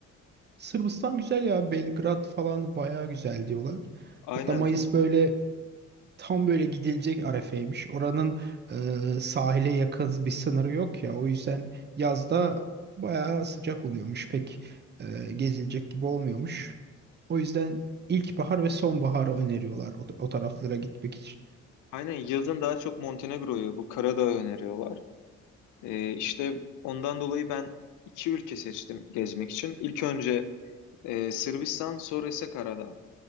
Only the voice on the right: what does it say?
Sırbistan güzel ya. Belgrad falan bayağı güzel diyorlar.
Hatta Mayıs böyle tam böyle gidilecek arefeymiş. Oranın e, sahile yakın bir sınırı yok ya. O yüzden yazda bayağı sıcak oluyormuş. Pek e, gezilecek gibi olmuyormuş. O yüzden ilkbahar ve sonbaharı öneriyorlar o, o taraflara gitmek için.